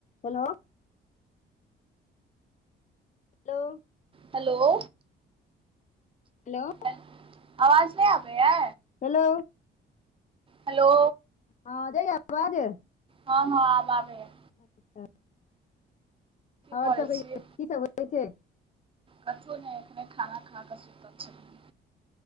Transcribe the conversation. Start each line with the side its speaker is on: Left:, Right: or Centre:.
Left: Hello. Hello.
Right: Hello.
Left: Hello.
Right: हे आवाज नै आबै यै?
Left: हेलो।
Right: हेलो।
Left: हां जाए यै आवाज।
Right: हां-हां आब आबै यै।
Left: <inaudible> और
Right: करै
Left: सब कहियो
Right: छी
Left: की सब होय छै?
Right: कथु नै एखने खाना खा कऽ सुतल छलिए।